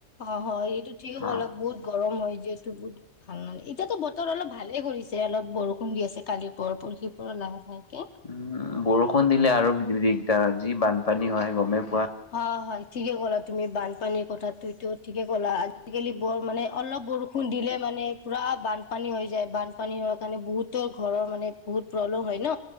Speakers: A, on the left (about 70°); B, on the left (about 30°).
A: অঁ হয় এইটো ঠিক হল
B: অ
A: বহুত গৰম হয় যিহেতটো বহুত। ভাল লাগে। এয়াতে বতৰ অলপ ভালে কৰিছে? যে অলপ বৰষুণ দি আছে কালি পোৰ পুৰহি পুৰা লাহে লাহেকে।
B: উম বৰষুণ দিলে আৰু দিগদাৰ যি বানপানী হয় গমে।
A: হয় হয় ঠিকে ক'লা তুমি বানপানীৰ কথাটোতো ঠিকে ক'লা আজিকালি বৰ মানে অলপ বৰষুণ দিলে মানে পুৰা বানপানী হৈ যায় বানপানী হয় কাৰণে বহুতৰ ঘৰৰ মানে বহুত প্ৰব্লেম হয় ন।